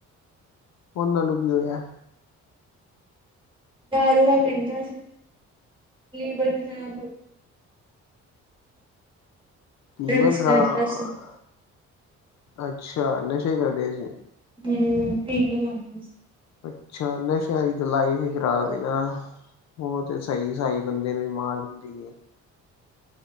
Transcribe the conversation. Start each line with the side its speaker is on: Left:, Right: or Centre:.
Left: ਉਹਨਾਂ ਨੂੰ ਕੀ ਹੋਇਆ?
Right: ਦਾਰੂਵਾਂ ਪੀਂਦਾ ਸੀ, ਲੀਵਰ ਖ਼ਰਾਬ ਹੋ-
Left: ਲੀਵਰ
Right: ਡਰੱਗਸ
Left: ਖਰਾਬ-
Right: ਲੈਂਦਾ ਸੀ
Left: ਅੱਛਾ ਨਸ਼ੇ ਕਰਦੇ ਸੀ।
Right: ਹਮ ਟੀਕੇ ਲਾਉਂਦਾ ਸੀ।
Left: ਅੱਛਾ ਨਸ਼ਿਆਂ ਦੀ ਤਾਂ ਲਾਈਵ ਹੀ ਖਰਾਬ ਹੈ ਨਾ, ਉਹ ਤੇ ਸਹੀ ਸਹੀ ਬੰਦੇ ਨੂੰ ਵੀ ਮਾਰ ਦਿੰਦੀ ਏ।